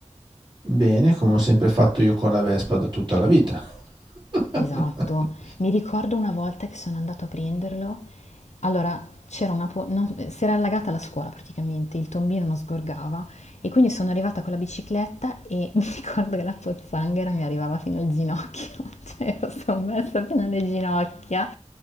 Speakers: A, on the right; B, on the left.
A: Bene, come ho sempre fatto io con la Vespa da tutta la vita. <laughs>
B: Esatto. Mi ricordo una volta che sono andato a prenderlo. Allora, c'era una po- non- si era allagata la scuola praticamente, il tombino non sgorgava e quindi sono arrivata con la bicicletta e <laughs> mi ricordo che la pozzanghera mi arrivava fino al ginocchio, <laughs> cioè ero sommersa fino alle ginocchia.